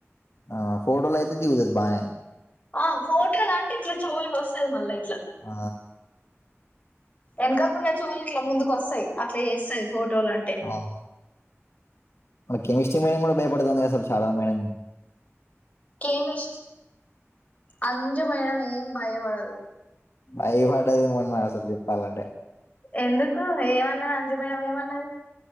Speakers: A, on the left (about 65°); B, on the left (about 30°).
A: ఆ ఫోడో యితే దవుజ బానే
B: ఆ ఫోటలు అంటే ఇట్లా చెవులుగా వస్తుది మళ్ళా ఇట్లా
A: ఆ
B: వెనకాకుడా చోలు ఇట్లా ముందుకు వస్తాయి అట్లా చేస్తాయి ఫోటోలు అంటే
A: ఆ. కెమిస్ట్రీ మీడియం కూడా భయపడుతుంది శాలా మ మీడియం
B: కేమి అంజు మేడం ఏం భయ వాడదు
A: బయ పడదిమన్నా అసలు చెప్పాలంటే
B: ఎందుకు ఏమన్న అంజు మేడం ఏమన్నది